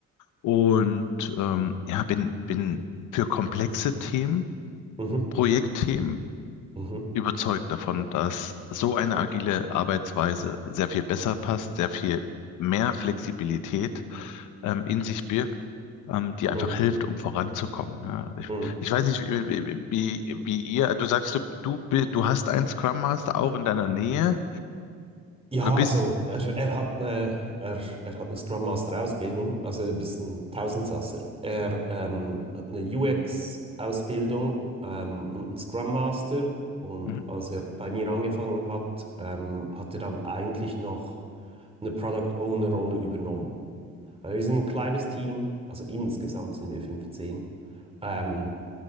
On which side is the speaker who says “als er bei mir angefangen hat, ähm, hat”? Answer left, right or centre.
Right